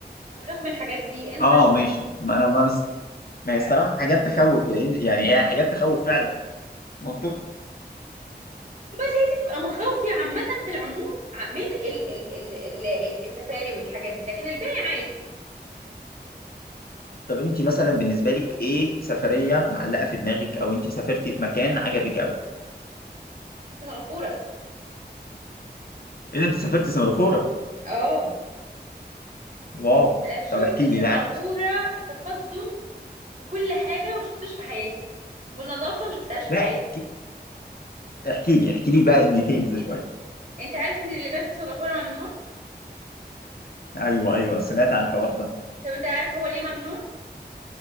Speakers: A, on the right; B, on the left.
A: بخاف من الحاجات دي انفع
B: اه
A: شوية
B: ماشي ما انا بس ما
A: آه،
B: هي الصراحه حاجات تخوف يعني يعني هي حاجات تخوف فعلا منطقي
A: وبس هي دي تبقى مخاوفي عامة في العموم من ال ال ال ال ال- السفاري والحاجات دي لكن الباقي عادي
B: طب انت مثلا بالنسبه لك ايه سفريه معلقه في دماغك او انت سافرتي في مكان عجبك قوي
A: سنغافورة
B: ايه ده انت سافرتي سنغافوره
A: اه
B: واو
A: شفت
B: طب احكي
A: في سنغافورة
B: لي لا
A: تقدم في كل حاجة ما شفتوش في حياتي والنظافة ما شفتهاش في
B: لا
A: حياتي
B: احكي احكي لي احكي لي بقى ان ديتيلز شويه
A: انت عارف ان اللبان في سنغافورة ممنوع
B: ايوه ايوه سمعت عن الحوار ده
A: طب انت عارف هو ليه ممنوع